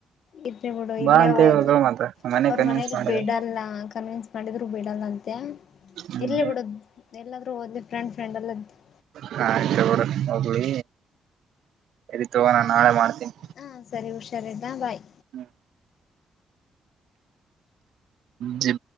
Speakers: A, on the left; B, on the right.
A: ಇರ್ಲಿ ಬಿಡು ಇಲ್ಲೇ
B: ಬಾ ಅಂತ
A: ಹೋದು
B: ಹೇಳಿದ್ರು ಮತ್ತ ಮನೆ
A: ಅವ್ರ
B: ಕನ್ವಿನ್ಸ್
A: ಮನೇಲಿ
B: ಮಾಡಿದ್ರು
A: ಬಿಡಲ್ಲ ಕನ್ನವೇನ್ಸ್ ಮಾಡಿದ್ರು ಬಿೇಡಲ್ಲಂತೆ
B: ಹ್ಮ್
A: ಇರ್ಲಿ ಬಿಡು ಎಲ್ಲಾದರೂ ಹೋದಿ ಫ್ರೆಂಡ್ ಫ್ರೆಂಡಲ್ಲ <unintelligible>
B: ಹ ಆಯ್ತಗ್ರ ಹೋಗ್ಲಿ ಎರಿ ತಗೋ ನಾನ್ ನಾಳೆ ಮಾಡ್ತೀನಿ
A: ಹಾಂ ಸರಿ ಹುಷಾರಿದ್ದಾ ಬಾಯ್
B: ಹ್ಮ <unintelligible> ಜಿಬ